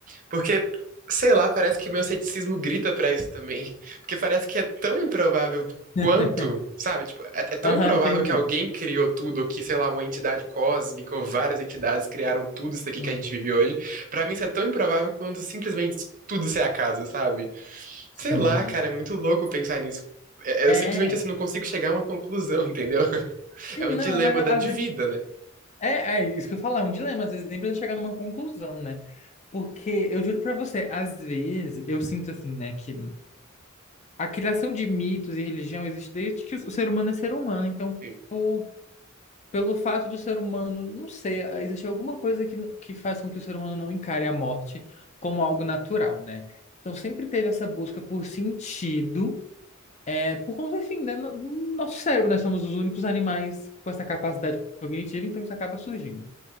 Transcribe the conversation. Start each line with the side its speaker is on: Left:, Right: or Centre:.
Right: porque, sei lá, parece que meu ceticismo grita pra isso também. Porque parece que é tão improvável quanto,
Left: <laughs>
Right: sabe? Tipo, é, é tão
Left: Aham,
Right: improvável
Left: entendi.
Right: que alguém criou tudo, ou que, sei lá, uma entidade cósmica, ou várias entidades criaram tudo isso aqui
Left: Hum.
Right: que a gente vive hoje. Pra mim, isso é tão improvável quanto simplesmente tudo ser acaso, sabe?
Left: Sim.
Right: Sei lá, cara, é muito louco pensar nisso. É- é,
Left: É,
Right: Eu simplesmente, assim, não consigo chegar a uma conclusão, entendeu? <laughs>
Left: sim,
Right: É um
Left: não,
Right: dilema
Left: é, mas às
Right: da- de
Left: vezes
Right: vida, né?
Left: é, é isso que eu falo, é um dilema, às vezes nem precisa chegar numa conclusão, né? Porque eu juro pra você, às vezes eu sinto assim, né, que A criação de mitos e religião existe desde que o ser humano é ser humano. Então,
Right: Assim,
Left: por- pelo fato do ser humano, não sei, existe alguma coisa que, que faz com que o ser humano não encare a morte como algo natural, né? Então, sempre teve essa busca por sentido, é, por conta, enfim, né, no- no nosso cérebro, né? Somos os únicos animais com essa capacidade cognitiva, então isso acaba surgindo.